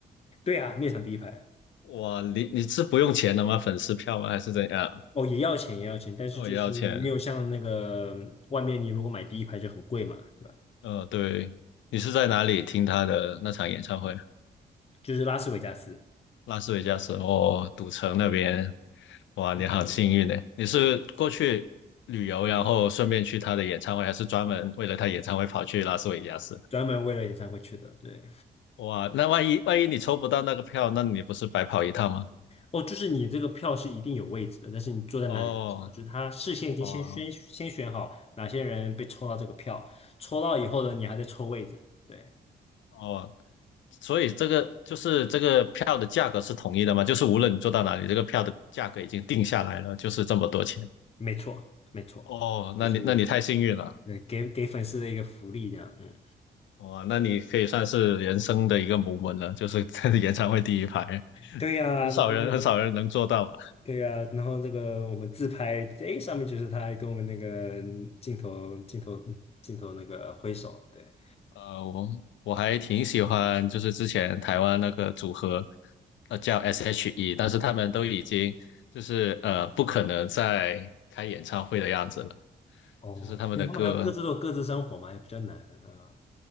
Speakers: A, on the left; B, on the left.
A: 对啊，那场第一排
B: 哇，你你是不用钱的吗？粉丝票吗？还是怎样？
A: 哦也要钱也要钱，但是就是没有像那个外面你如果买第一排就很贵嘛，
B: 哦，也要钱。
A: 对吧？
B: 呃，对，你是在哪里听他的那场演唱会？
A: 嗯。就是拉斯维加斯，
B: 拉斯维加斯哦，赌城那边，哇，
A: 对对对，
B: 你好幸运呢！你是过去旅游，然后顺便去他的演唱会，还是专门为了他演唱会跑去拉斯维加斯？
A: 专门为了演唱会去的。对，
B: 哇，那万一万一你抽不到那个票，那你不是白跑一趟吗？
A: 哦，就是你这个票是一定有位置的，但是你坐在哪里不知道，
B: 哦
A: 就是他事先已经先选先选好哪些人被抽到这个票，
B: 哦
A: 抽到以后呢，你还在抽位置。对，
B: 哦，所以这个就是这个票的价格是统一的吗？就是无论你坐到哪里，这个票的价格已经定下来了，就是这么多钱。
A: 没错，没错，
B: 哦，
A: 就是
B: 那你那你太幸运了。
A: 呃给给粉丝的一个福利这样。嗯，
B: 哇，那你可以算是人生的一个 m o 了，就是在 <laughs> 演唱会第一排，
A: 对呀，
B: 很少人很少人能做到吧？
A: 然后那个。对呀、然后这个我们自拍，哎，上面就是他还跟我们那个镜头、镜头、镜头那个挥手，对。
B: 呃，我我还挺喜欢，就是之前台湾那个组合，呃，叫 S.H.E，但是他们都已经就是呃不可能再开演唱会的样子了，
A: 哦，
B: 就是他们的歌
A: 对，他们还各自都有各自生活嘛，也比较难啊。